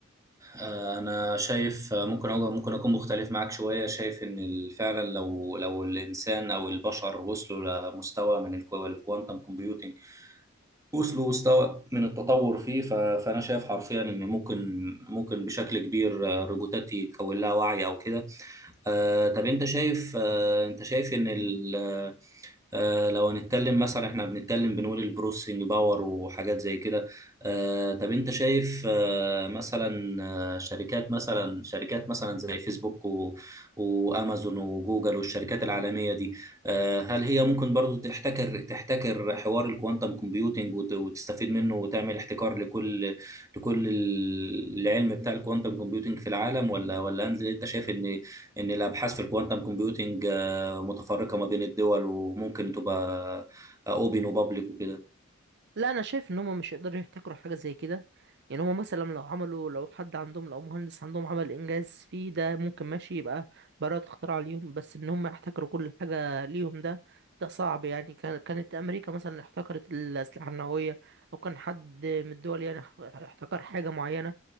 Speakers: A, on the right; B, on the right.
A: آه، انا شايف آه، ممكن أقول ممكن اكون مختلف معاك شويه شايف ان ال- فعلا لو لو الانسان او البشر وصلوا لمستوى من الكوانتم كومبيوتنج وصل مستوى من التطور فيه ف- فانا شايف حرفيا ان ممكن ممكن بشكل كبير آه، الروبوتات يتكون لها وعي او كده آه، طب انت شايف آه، انت شايف ان ال آه، لو هنتكلم مثلا احنا بنتكلم بنقول البروسيسنج باور وحاجات زي كده آه، طب انت شايف آه، مثلا آه، شركات مثلا شركات مثلا زي فيسبوك و- وامازون وجوجل والشركات العالمية دي آه، هل هي ممكن برضو تحتكر تحتكر حوار الكوانتم كومبيوتنج وت- وتستفيد منه وتعمل احتكار لكل لكل ال- العلم بتاع الكوانتم كومبيوتنج في العالم ولا ولا انت أنت شايف ان ان الابحاث في الكوانتم كومبيوتنج آه، متفرقة ما بين الدول وممكن تبقى اوبن وبابليك وكده
B: لا انا شايف ان هم مش يقدروا يحتكروا حاجه زي كده يعني هم مثلا لو عملوا لو حد عندهم لو مهندس عندهم عمل انجاز فيه ده ممكن ماشي يبقى براءة اختراع ليهم بس ان هم يحتكروا كل حاجه ليهم ده ده صعب يعني كان كانت امريكا مثلا احتكرت الاسلحه النوويه او كان حد من الدول يعني اح- احتكر حاجه معينه